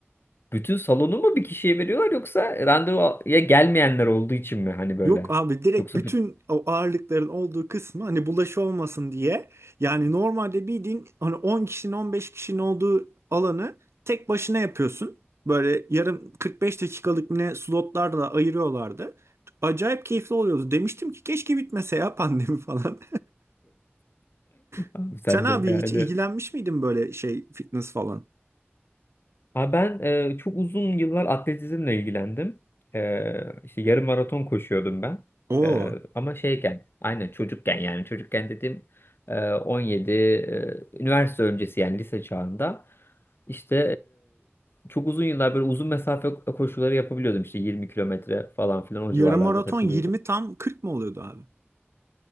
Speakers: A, on the left (about 60°); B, on the right (about 80°).
A: bütün salonu mu bir kişiye veriyorlar yoksa randevuya gelmeyenler olduğu için mi hani böyle?
B: Yok abi direkt
A: Yoksa
B: bütün
A: bütün
B: o ağırlıkların olduğu kısmı hani bulaşı olmasın diye. Yani normalde bildiğin hani 10 kişinin 15 kişinin olduğu alanı tek başına yapıyorsun. Böyle yarım 45 dakikalık ne slotlarla ayırıyorlardı. Acayip keyifli oluyordu. Demiştim ki keşke bitmese ya pandemi falan. <laughs>
A: Abi sen
B: Sen abi
A: de yani.
B: hiç ilgilenmiş miydin böyle şey fitness falan?
A: Ha ben e, çok uzun yıllar atletizmle ilgilendim. E, işte yarım maraton koşuyordum ben.
B: Oo.
A: E, ama şeyken, aynen çocukken yani çocukken dedim e, 17 e, üniversite öncesi yani lise çağında. İşte e, çok uzun yıllar böyle uzun mesafe koşuları yapabiliyordum. işte 20 kilometre falan filan o
B: Yarım
A: civarlarda
B: maraton
A: takılıyordum.
B: 20 tam 40 mı oluyordu abi?